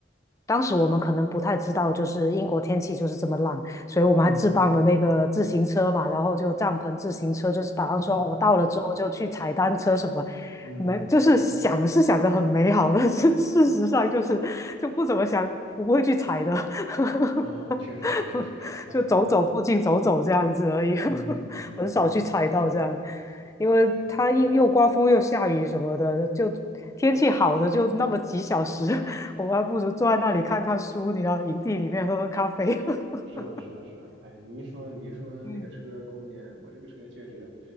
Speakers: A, on the left (about 15°); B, on the right (about 65°).
A: 当时我们可能不太知道，就是英国天气就是这么烂，所以我们还置办了那个自行车嘛，
B: 嗯
A: 然后就帐篷、自行车，就是打算说我、
B: <laughs>
A: 哦到了之后就去踩单车什么，
B: 嗯，
A: 没就是想是想的很美好，但是事实上就是就不怎么想，不会去踩的。<laughs>
B: 哦，确实确实确实，
A: <laughs>
B: 哎，
A: 就走走附近走走这样子而已，
B: 嗯嗯，
A: <laughs> 很少去踩到这样，因为它又又刮风又下雨什么的，
B: 哎，
A: 就天气好的就那么几小时，<laughs> 我们还不如坐在那里看看书，你要营地里面喝喝咖啡。<laughs>
B: 是的是的是的，哎，你一说你一说那个车空间，
A: 嗯
B: 我这个车确实